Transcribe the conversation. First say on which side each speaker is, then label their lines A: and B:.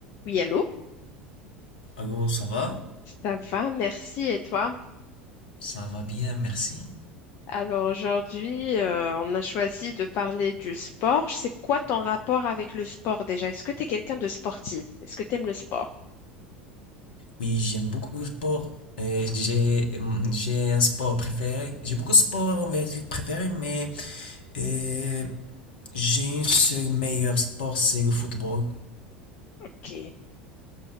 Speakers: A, on the left; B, on the left.
A: Oui, allô?
B: Allô, ça va?
A: Ça va, merci. Et toi?
B: Ça va bien, merci.
A: Alors aujourd'hui, euh, on a choisi de parler du sport. C'est quoi ton rapport avec le sport déjà? Est-ce que tu es quelqu'un de sportif? Est-ce que tu aimes le sport?
B: Oui, j'aime beaucoup le sport. Euh, j'ai, hum, j'ai un sport préféré. J'ai beaucoup de sports en vérité préférés, mais euh, j'ai un seul meilleur sport, c'est le football.
A: Ok,